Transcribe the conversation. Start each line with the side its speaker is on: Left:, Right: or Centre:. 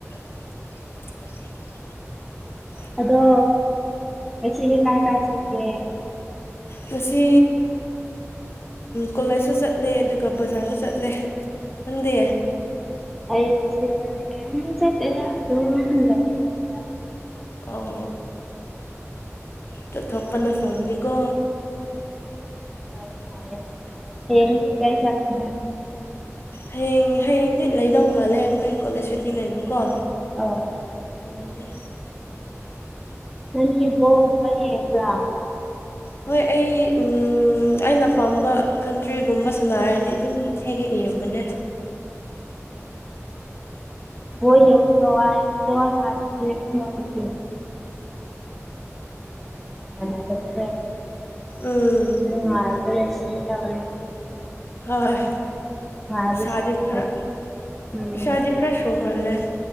Left: <unintelligible>
Centre: ꯑꯗꯣ ꯉꯁꯤꯗꯤ ꯀꯥꯏ ꯀꯥꯏ ꯆꯠꯀꯦ
Left: ꯉꯁꯤ ꯀꯣꯂꯦꯖꯁꯨ ꯆꯠꯂꯦ ꯑꯗꯨꯒ ꯕꯖꯥꯔꯁꯨ ꯆꯠꯂꯦ ꯅꯪꯗꯤ
Centre: ꯑꯩ ꯀꯩꯝ ꯆꯠꯇꯦꯗ ꯑꯗꯨꯝ ꯂꯩꯌꯦ ꯌꯨꯝꯗ
Left: ꯑꯣ ꯑꯗꯣ ꯊꯣꯛꯄꯅ ꯐꯕꯅꯤꯀꯣ
Centre: <unintelligible> ꯍꯌꯦꯡꯗꯤ ꯀꯥꯢ ꯆꯠꯀꯅꯤ
Left: ꯍꯌꯦꯡ ꯍꯌꯦꯡꯗꯤ ꯂꯩꯗꯧ ꯃꯥꯜꯂꯦ ꯑꯩꯈꯣꯏ ꯀꯣꯂꯦꯖ ꯁꯨꯇꯤ ꯂꯩꯕꯀꯣ
Centre: ꯑꯣ
Left: ꯑꯗꯨꯒꯤ
Centre: ꯅꯪꯗꯤ ꯕꯣꯜꯒꯨꯝꯕ ꯌꯦꯡꯕ꯭ꯔꯥ
Left: ꯍꯣꯏ ꯑꯩ ꯎꯝ ꯑꯩꯅ ꯄꯥꯝꯕ ꯀꯟꯇ꯭ꯔꯤꯒꯨꯝꯕ ꯁꯥꯟꯅꯔꯗꯤ ꯑꯗꯨꯝ ꯍꯦꯛ ꯍꯦꯛ ꯌꯦꯡꯕꯅꯦ
Centre: ꯕꯣꯜ ꯌꯦꯡꯕꯁꯨ ꯋꯥꯢ <unintelligible> <unintelligible> <unintelligible>
Left: ꯎꯝ
Centre: ꯅꯨꯡꯉꯥꯢꯕꯅ ꯁꯤꯗꯧꯔꯦ
Left: ꯍꯣꯏ
Centre: ꯉꯥꯏꯕꯁꯤꯅ
Left: ꯏꯁꯥꯗꯤ ꯈꯥꯔ
Centre: ꯃꯥꯅꯤ
Left: ꯏꯁꯥꯗꯤ ꯈꯔꯥ ꯁꯣꯔ ꯍꯣꯜꯂꯦ